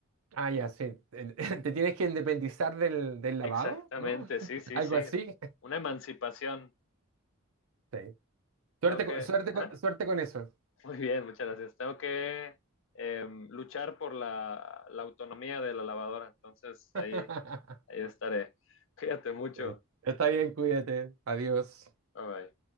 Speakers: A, on the right; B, on the left.
A: Ah, ya, sí. Te <laughs> te tienes que independizar del, del lavado,
B: Exactamente,
A: ¿no? <laughs>
B: sí, sí,
A: Algo
B: sí.
A: así.
B: Una emancipación.
A: Sí. Suerte,
B: Tengo que,
A: co- suerte,
B: ajá,
A: co- suerte con eso.
B: Muy bien, muchas gracias. Tengo que em, luchar por la, la autonomía de la lavadora. Entonces
A: <laughs>
B: ahí, ahí estaré. Cuídate mucho.
A: Eh, Está bien, cuídate. Adiós.
B: Bye bye.